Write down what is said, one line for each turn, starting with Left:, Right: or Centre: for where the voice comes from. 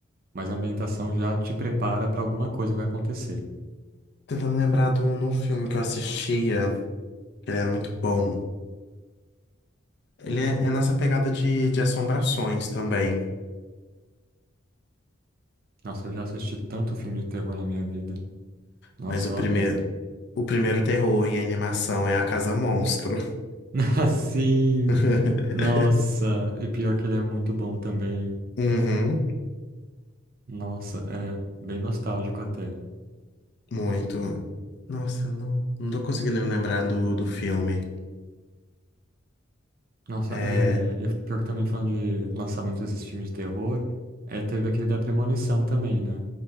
Right: Mas a ambientação já te prepara para alguma coisa que vai acontecer.
Left: Tentando lembrar de um, de um filme que eu assistia. Ele era muito bom. Ele é, é nessa pegada de, de assombrações também.
Right: Nossa, eu já assisti tanto filme de terror na minha vida. Nossa,
Left: Mas o
Right: eu
Left: primeiro,
Right: adoro.
Left: o primeiro terror em animação é a Casa Monstro.
Right: <laughs> Sim.
Left: <laughs>
Right: Nossa, e pior que ele é muito bom também.
Left: Uhum,
Right: Nossa, é bem nostálgico até.
Left: muito. Nossa, eu não, não tô conseguindo me lembrar do, do filme.
Right: Nossa,
Left: É...
Right: é, e pior que também falando de lançamento desses filmes de terror, é, teve aquele da Premonição também, né?